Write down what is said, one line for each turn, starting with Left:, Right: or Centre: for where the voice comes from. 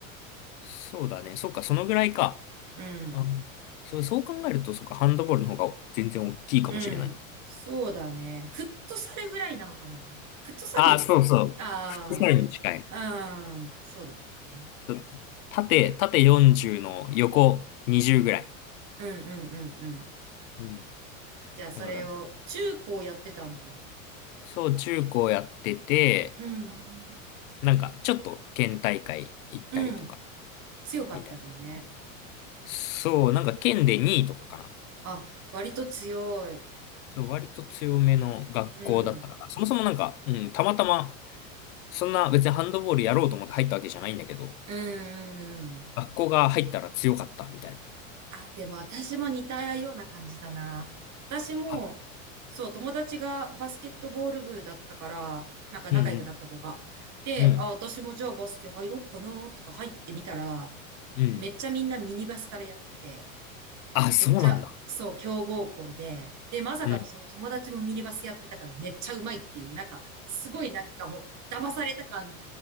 Left: そうだね。そっか、そのぐらいか。
Right: うん。
Left: うん。そう、そう考えると、そっか、ハンドボールの方が全然大きいかもしれない。
Right: うん。そうだね。フットサルぐらいなのかな。フットサルよりかは、
Left: ああ、そうそう。
Right: あ
Left: フットサルに近い。
Right: あ、ああ、そうなんだね。
Left: そう縦、縦40の横20ぐらい。
Right: うんうんうんうん。
Left: うん。
Right: じゃあそれを中高やってたんだ。
Left: だから、そう、中高やってて、
Right: うん。
Left: なんか、ちょっと県大会行ったりとか、
Right: うん。強かったんだね。
Left: みたいな。そう、なんか県で2位とかかな。
Right: あ、割と強い。
Left: そう、割と強めの学校だったから、
Right: うん。
Left: そもそもなんか、うん、たまたま、そんな別にハンドボールやろうと思って入ったわけじゃないんだけど、
Right: うんうんうん。
Left: 学校が入ったら強かったみたいな。
Right: あ、でも私も似たような感じだな。私も、
Left: あ、
Right: そう、友達がバスケットボール部だったから、なんか仲良くなった子が。
Left: うん
Right: で、
Left: うん、うん、
Right: あ、私もじゃあバスケ入ろっかなとか入ってみたら、
Left: うん。
Right: めっちゃみんなミニバスからやってて。
Left: あ、そうなんだ。
Right: めっちゃ、そう、強豪校で、で、まさかのその友達もミニバスやってたからめっちゃうまいっていう、
Left: うん、
Right: なんか、すごいなんかもう、騙された感っ